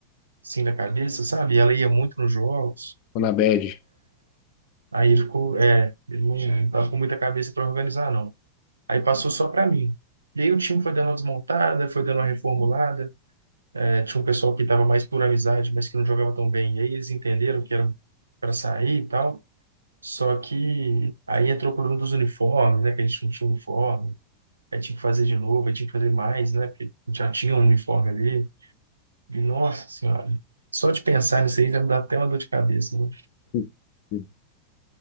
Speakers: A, on the right (about 80°); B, on the left (about 45°).
A: assim da cabeça, sabe? E ela ia muito nos jogos,
B: Ou na bad?
A: aí ele ficou, é, ele não, não tava com muita cabeça para organizar, não. Aí passou só para mim. E aí o time foi dando uma desmontada, foi dando uma reformulada. É, tinha um pessoal que estava mais por amizade, mas que não jogava tão bem. E aí eles entenderam que era para sair e tal. Só que aí entrou o problema dos uniformes, né? Que a gente não tinha uniforme. Aí tinha que fazer de novo, aí tinha que fazer mais, né? Porque já tinha um uniforme ali. E, nossa senhora, só de pensar nisso aí já me dá até uma dor de cabeça, né?
B: Hum, hum.